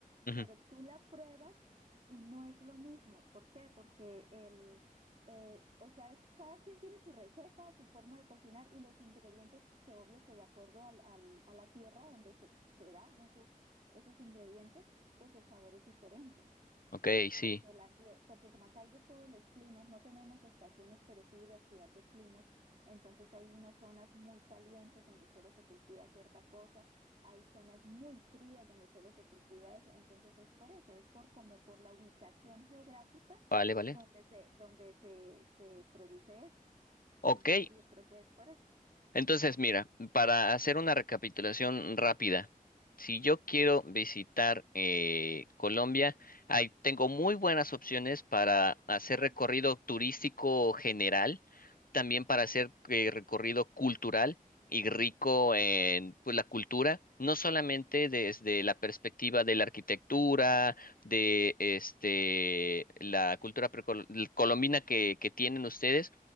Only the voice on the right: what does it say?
pero tú la pruebas y no es lo mismo. ¿Por qué? Porque el, eh, o sea, es- cada quien tiene su receta, su forma de cocinar y los ingredientes que obvio que de acuerdo al, al- a la tierra donde se, se dan esos, esos ingredientes, pues el sabor es diferente
porque, la, tie- porque como acá hay de todos los climas, no tenemos estaciones, pero sí diversidad de climas, entonces hay unas zonas muy calientes donde solo se cultiva cierta cosa, hay zonas muy frías donde solo se cultiva eso, entonces es por eso, es por como por la ubicación geográfica
donde se, donde se, se produce eso.
Entonces yo creo que es por eso.
Claro.